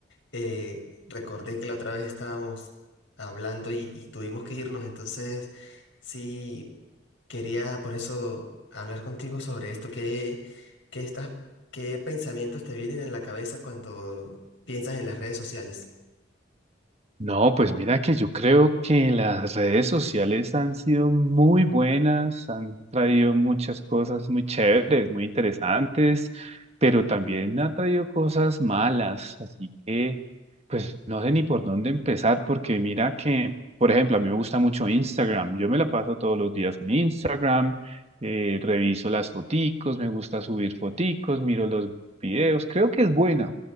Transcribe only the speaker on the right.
No, pues mira que yo creo que las redes sociales han sido muy buenas, han traído muchas cosas muy chéveres, muy interesantes, pero también ha traído cosas malas, así que pues no sé ni por dónde empezar, porque mira que, por ejemplo, a mí me gusta mucho Instagram, yo me la paso todos los días en Instagram, eh, reviso las foticos, me gusta subir foticos, miro los videos, creo que es buena.